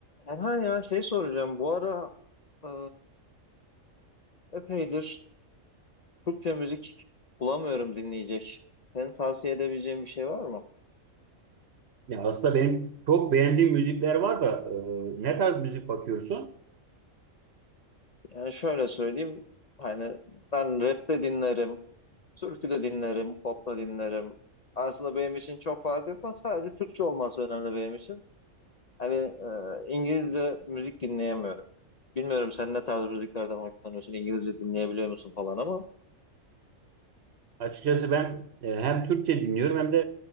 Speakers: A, on the left (about 50°); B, on the right (about 55°).
A: Erhan ya şey soracağım. Bu ara e, epeydir Türkçe müzik bulamıyorum dinleyecek. Senin tavsiye edebileceğin bir şey var mı?
B: Ya aslında benim çok beğendiğim müzikler var da e, ne tarz müzik bakıyorsun?
A: Yani şöyle söyleyeyim. Hani ben rap de dinlerim, türkü de dinlerim, pop da dinlerim. Aslında benim için çok fark etmez. Sadece Türkçe olması önemli benim için. Hani e, İngilizce müzik dinleyemiyorum. Bilmiyorum sen ne tarz müziklerden hoşlanıyorsun, İngilizce dinleyebiliyor musun falan ama.
B: Açıkçası ben e, hem Türkçe dinliyorum hem de